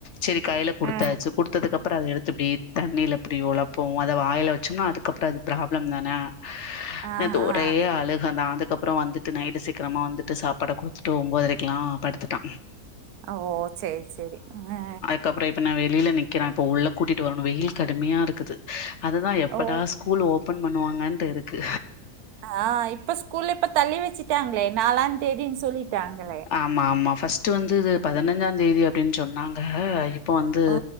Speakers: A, on the left; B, on the right.
A: சேரி கைல குடுத்தாச்சு
B: ஆ
A: குடுத்ததுக்கப்பற அத எடுத்து இப்டி தண்ணில இப்டி ஒழப்பு அத வாயில வச்சோம்னா அதுக்கப்றோ அது ப்ராப்ளம் தான
B: ஆ
A: நேத்து ஒரே
B: ஆ
A: அழுக தா அதுக்கப்றோ வந்துட்டு நைட்டு சீக்கிரமா வந்து ட்டு சாப்பாட குடுத்துட்டு ஒம்போதரைக்கெல்லா படுத்துட்டா
B: ஓ சேரி சேரி ஆ
A: கப்றோ இப்ப நா வெளில நிக்ற இப்ப உள்ள கூட்டிட்டு வரணு வெயில் கடுமியாருக்குது அதுதா எப்படா
B: ஓ
A: ஸ்கூல் ஓபன் பண்ணுவாங்கன்டு இருக்கு
B: ஆ இப்ப ஸ்கூல்லு இப்ப தள்ளி வெச்சுட்டாங்ளே நாலாந் தேதினு சொல்லி டாங்களே
A: ஆமா ஆமா ஃபர்ஸ்ட் வந்தது பதனஞ்ச தேதி அப்டின் சொன்னாங்க இப்போ வந்து
B: ஓ